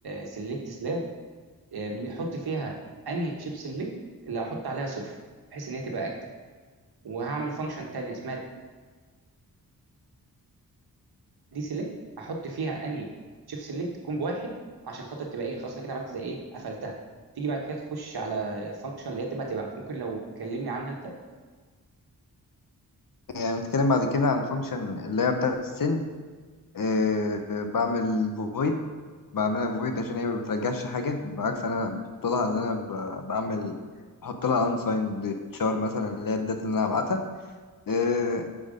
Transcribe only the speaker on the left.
آه، هنتكلم بعد كده عن فانكشن اللي هي بتاعة السند آه، بعمل فويد بعملها فويد عشان هي ما بترجعش حاجة بالعكس أنا بحط لها اللي أنا ب- بعمل بحط لها unsigned char مثلا اللي هي الداتا اللي أنا هبعتها آه،